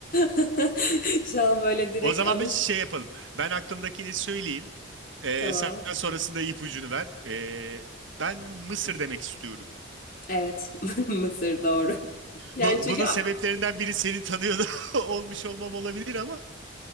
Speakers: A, on the left; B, on the right.
A: <laughs> Şu an böyle direkt
B: O zaman
A: anış.
B: bir şey yapalım. Ben aklımdakini söyleyeyim. Ee,
A: Tamam.
B: sen sonrasında ipucunu ver. Ee, ben Mısır demek istiyorum.
A: Evet. <laughs> Mısır doğru. Yani
B: Bu,
A: çünkü
B: bunun sebeplerinden biri seni tanıyordu <laughs> olmuş olmam olabilir ama.